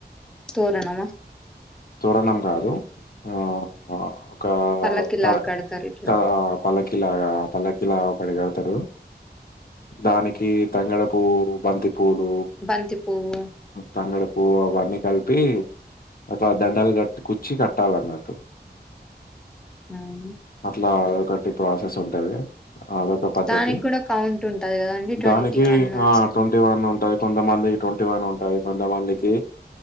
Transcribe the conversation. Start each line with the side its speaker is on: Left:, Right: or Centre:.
Centre: తోరణమా. !
Left: తోరణం గాదు ఆ. కా
Centre: పల్లకి
Left: తడ,
Centre: లాగ కడతారు ఇట్లా
Left: తడ ఆ పల్లకిలాగా ఆ పల్లకిలా. పడిగడతారు. దానికి తంగేడుపువ్వు, బంతి పూలు,
Centre: బంతి పువ్వు
Left: తంగేడుపూ అవన్నీ కలిపి. అట్లా దండాలు గట్టి కచ్చీ కట్టాలన్నట్టు.
Centre: మ్మ్.
Left: అట్లా అదొకటి ప్రాసెసుంటది. అదొక పద్ధతి
Centre: దానికి కూడా కౌంట్ ఉంటది కదండి ట్వంటీ
Left: దానికి
Centre: వన్
Left: ఆ
Centre: సెవెన్
Left: ట్వంటీ వన్ ఊ. టయి. కొంతమంది ట్వంటీ వన్ ఉంటాయి. కొంతమందికి